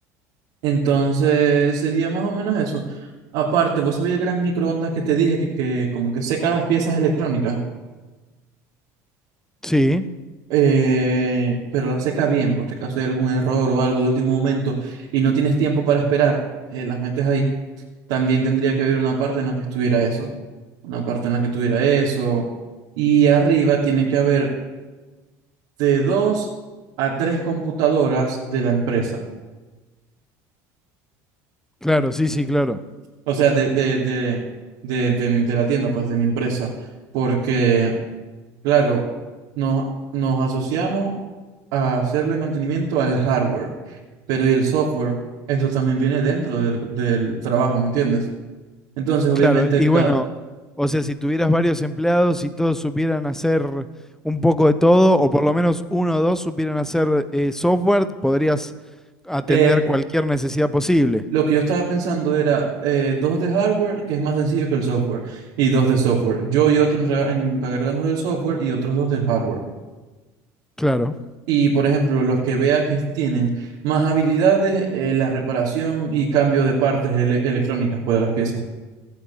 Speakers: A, on the right; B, in the centre.
A: Entonces sería más o menos eso. Aparte, vos sabés el gran microondas que te dije que, que como que seca las piezas electrónicas,
B: Sí,
A: Eh, pero las seca bien, por si acaso hay algún error o algo de último momento y no tienes tiempo para esperar, eh, las metes ahí. También tendría que haber una parte en la que estuviera eso, una parte en la que tuviera eso. Y arriba tiene que haber de dos a tres computadoras de la empresa,
B: claro, sí, sí, claro.
A: o sea, de, de, de, de, de mi- de la tienda, pues de mi empresa. Porque Claro, nos, nos asociamos a hacerle mantenimiento al hardware, pero y el software, eso también viene dentro del, del trabajo, ¿me entiendes? Entonces, obviamente,
B: Claro, y
A: cada,
B: bueno, o sea, si tuvieras varios empleados y todos supieran hacer un poco de todo, o por lo menos uno o dos supieran hacer eh, software, podrías atender
A: eh,
B: cualquier necesidad posible.
A: lo que yo estaba pensando era eh, dos de hardware, que es más sencillo que el software, y dos de software. Yo y otro entra- encargándonos del software y otros dos del hardware.
B: Claro,
A: Y, por ejemplo, los que vea que tienen más habilidades, eh, la reparación y cambio de partes ele- electrónicas, pues, de las piezas.